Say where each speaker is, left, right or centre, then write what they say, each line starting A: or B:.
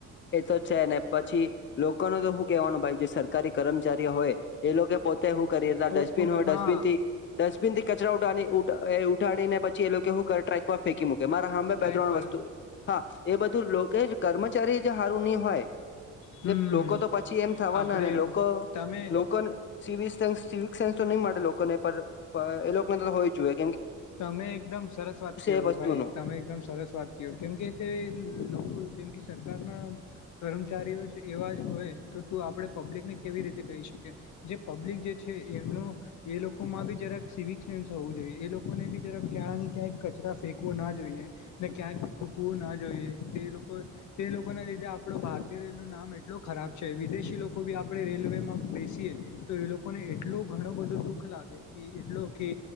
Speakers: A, on the left; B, on the left.
A: એ તો છે ને પછી લોકોનું તો હું કેવાનું ભાઈ જે સરકારી કર્મચારીઓ હોય એ લોકો પોતે હું કરીએ ડસ્ટબિન
B: પોતપોત
A: હોય
B: હા
A: ડસ્ટબિન થી ડસ્ટબિન થી કચરા ઉાઠા ઉઠાડીને પછી એ લોકો હું કર ટ્રક ફેંકી મૂકે મારા હામે
B: ટ્રેક
A: બે ત્રણ
B: પર
A: વસ્તુ હા એ બધું લોકો કર્મચારી જો હારુ ની હોય.
B: હમ
A: ને લોકો તો પછી એમ થવાના
B: આપડે
A: ને લોકો
B: તમે
A: લોકો સિવિક સેન્સ સિવિક સેન્સ તો નહી મળે લોકોને પણ એ લોકો ને તો હોવી જોએ.
B: તમે એકદમ સરસ વાત ક્યો
A: એ વસ્તુનું
B: ભાઈ તમે એકદમ સરસ વાત ક્યો કેમ કે તે લોકો જેમ કે સર સરકારના કર્મચારીઓ જ એવા જ હોય તો તું આપડે પબ્લિકને કેવી રીતે કહી શકી. જે પબ્લિક જે છે, એમનો એ લોકોમાં બી જરાક સિવિક સેન્સ હોવું જોઈએ. એ લોકો લોકોને બી જરા ક્યાંય ને ક્યાંક કચરા ફેંકવું ના જોઈએ, ને ક્યાંય બી થૂકવું ના જોઈએ. તે લોકો તે લોકોને લીધે આપડો ભારતીય રેલ નું નામ એટલો ખરાબ છે વિદેશી લોકો ભી આપડા રેલવેમાં બેસીએ તો એ લોકોને એટલો ઘણો બધો દુઃખ લાગે કે એટલો કે